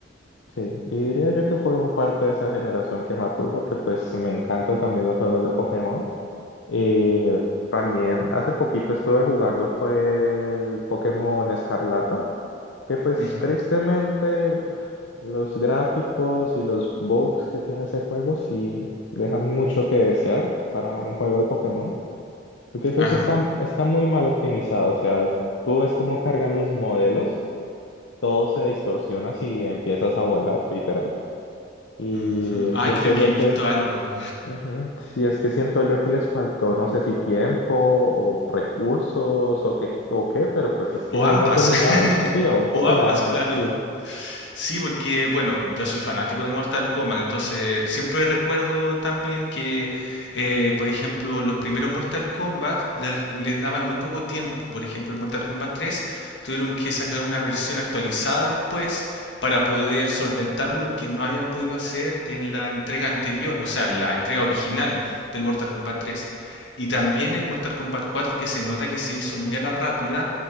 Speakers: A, on the left (about 90°); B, on the left (about 70°).
A: Sí, y diría yo que formo parte de esa generación que marcó porque pues me encantan también los juegos de Pokémon. Eh, también hace poquito estuve jugando fue el Pokémon Escarlata, que pues
B: Ujú,
A: tristemente los gráficos y los bugs que tiene ese juego sí dejan mucho que desear para un juego de Pokémon, porque pues
B: Ajá.
A: está, está muy mal optimizado, o sea, tú ves cómo cargan los modelos, todo se distorsiona si empiezas a volar, literal. Y
B: ujú. Ay,
A: siento
B: creo
A: yo
B: que he visto
A: que,
B: algo.
A: ujú, si es que siento yo que les faltó, no sé si tiempo o recursos o qué, o qué, pero pues es que
B: O
A: no,
B: ambas.
A: no terminaron. Sí,
B: <laughs>
A: o un poco
B: o ambas,
A: de ambas,
B: claro.
A: sí.
B: Sí, porque bueno, yo soy fanático de Mortal Kombat, entonces siempre recuerdo también que, eh, por ejemplo, los primeros Mortal Kombat le- les daban muy poco tiempo. Por ejemplo, el Mortal Kombat 3 tuvieron que sacar una versión actualizada después para poder solventar lo que no habían podido hacer en la entrega anterior, o sea, la entrega original del Mortal Kombat 3. Y también el Mortal Kombat 4 que se nota que se hizo muy a la rápida